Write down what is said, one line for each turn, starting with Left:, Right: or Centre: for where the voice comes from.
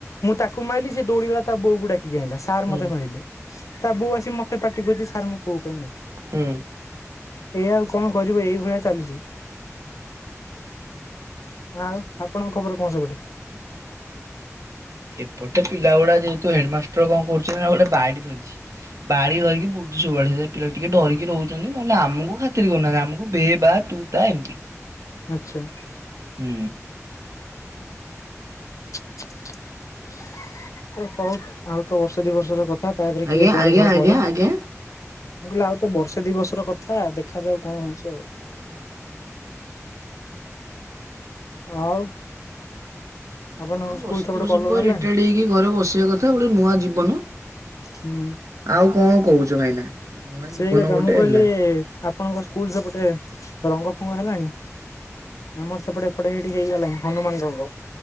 Left: ମୁଁ ତାକୁ ମାରିଲି ସେ ଦୌଡ଼ିଗଲା ତା ବଉକୁ ଡାକି କି ଆଣିଲା। ସାର୍
Right: ହୁଁ
Left: ମତେ ମାଇଲେ। ତା ବୋଉ ଆସି ମତେ ପାଟିକରୁଚି ସାର ମୋ ପୁଅ କୁ କାଇଁ ମାଇଲ।
Right: ହୁଁ।
Left: ଏୟା ଆଉ କଣ କରିବ ଏଇ ଭଳିଆ ଚାଲୁଛି। ଆଉ ଆପଣଙ୍କ ଖବର କଣ ସେପଟେ।
Right: ଏପଟ ଏ ପିଲ ଗୁଡା ଯେହେତୁ ହେଡମାଷ୍ଟର କଣ କରୁଚି ନା ଗୋଟେ ବାଡି ଧରିଚି। ବାଡ଼ି ଧରିକି ବୁଲୁଚି ସବୁଆଡେ ସେ ପିଲା ଟିକେ ଡରିକି ରହୁଛନ୍ତି ନହେଲେ ଆମକୁ ଖାତିରି କରୁନାହାନ୍ତି ଆମକୁ ବେ ବା ତୁ ତା ଏମିତି।
Left: ଆଚ୍ଛା।
Right: ହୁଁ।
Left: <unintelligible> ତ ସଉ ଆଉ ତ ବର୍ଷ ଦି ବର୍ଷର କଥା ତାପରେ
Right: ଆଜ୍ଞା
Left: କିଏ କୁଆଡେ
Right: ଆଜ୍ଞା
Left: ସବୁ
Right: ଆଜ୍ଞା
Left: ପଳେଇବା ମୁଁ
Right: ଆଜ୍ଞା।
Left: କହିଲି ଆଉ ତ ବର୍ଷ ତ ଦିବସର କଥା ଦେଖାଯାଉ କଣ ହେଉଛି ଆଉ।
Right: ହୁଁ।
Left: ଆଉ ଆପଣଙ୍କ
Right: ହଁ ବର୍ଷ
Left: ସ୍କୁଲ ସେପଟେ
Right: ଦ ବର୍ଷ
Left: କଲର
Right: ପରେ
Left: ହେଲାଣି?
Right: ରିଟାୟାର୍ଡ ହେଇକି ଘରେ ବସିବା କଥା ଗୋଟେ ନୂଆ ଜୀବନ
Left: ହୁଁ।
Right: ଆଉ କଣ କହୁ। ଛ ଭାଇନା। ନୂଆ
Left: ସେଇ
Right: ଜୀବନ
Left: କଥା
Right: ଗୋଟେ
Left: ମୁଁ କହିଲି
Right: ହେଲା
Left: ଆପଣଙ୍କ ସ୍କୁଲ ସେପଟେ ରଙ୍ଗ ଫଙ୍ଗ ହେଲାଣି ଆମର ସେପଟେ ଏପଟେ ସେଇଠି ହେଇଗଲାଣି ହନୁମାନ ରଙ୍ଗ।